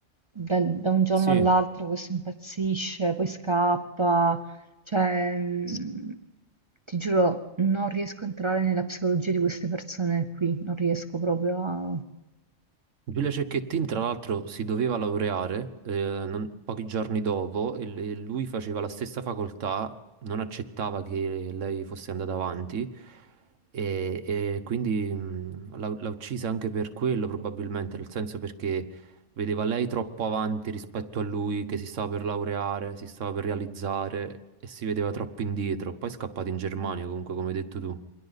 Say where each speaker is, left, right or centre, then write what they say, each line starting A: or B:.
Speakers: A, on the right; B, on the right.
A: dal- da, un giorno
B: Sì.
A: all'altro questo impazzisce, poi scappa, cioè mh, ti giuro, non riesco a entrare nella psicologia di queste persone qui, non riesco proprio a...
B: Giulia Cecchettin, tra l'altro, si doveva laureare eh, non- pochi giorni dopo e l- e lui faceva la stessa facoltà, non accettava che lei fosse andata avanti e, e quindi mh, l'ha l'ha uccisa anche per quello, probabilmente, nel senso perché vedeva lei troppo avanti rispetto a lui, che si stava per laureare, si stava per realizzare e si vedeva troppo indietro. Poi è scappato in Germania, comunque, come hai detto tu.